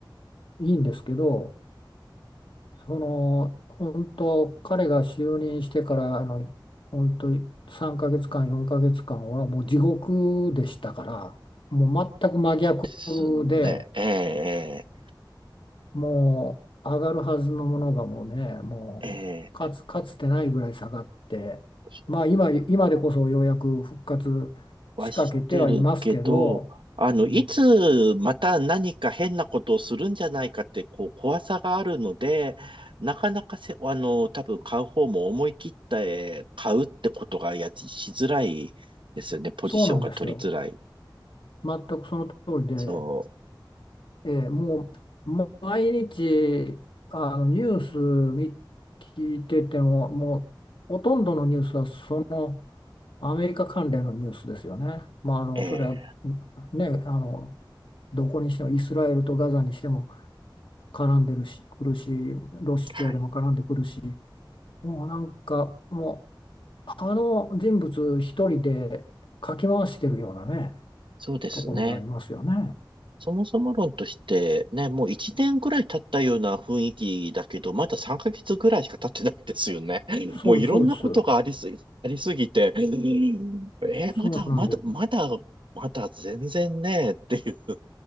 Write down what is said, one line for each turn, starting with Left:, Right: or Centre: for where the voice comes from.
Left: いいんですけど、その本当彼が就任してからあの本当に3ヶ月間4ヶ月間はもう地獄でしたからもう全く真逆
Right: そうですね。
Left: で
Right: ええ、
Left: もう上がるはずのものがもうねもうかつ、
Right: ええ、ええ。
Left: かつてないぐらい下がってまあ今、
Right: そう
Left: 今でこそようやく復活しかけてはいますけど、
Right: はしてるけど、あの、
Left: うん、
Right: いつまた何か変なことをするんじゃないかって、こう、怖さがあるので、なかなかせ、あの、多分買う方も思い切って買うってことがやつしづらいですよね。ポジションが取りづらい。
Left: そうなんですよ全くその通りで。
Right: そ
Left: えーもう、もう毎日あのニュース見聞いてても、もうほとんどのニュースはそのアメリカ関連のニュースですよね。まあ、あのそれは
Right: う。ええ
Left: ね、あのどこにしてもイスラエルとガザにしても絡んでるし、くるし、ロシアでも絡んでくるし、
Right: はい。
Left: もうなんかもうあの人物一人でかき回してるようなね、
Right: そうですね。
Left: ところがありますよね。
Right: そもそも論としてね、もう1年ぐらい経ったような雰囲気だけど、まだ3ヶ月ぐらいしか経ってないですよね。<laughs>
Left: そう、
Right: もういろんなことがありすぎ、
Left: そうです。
Right: ありすぎて、えーまだ、
Left: そうなんです。
Right: まだ、まだ、まだ全然ね、っていう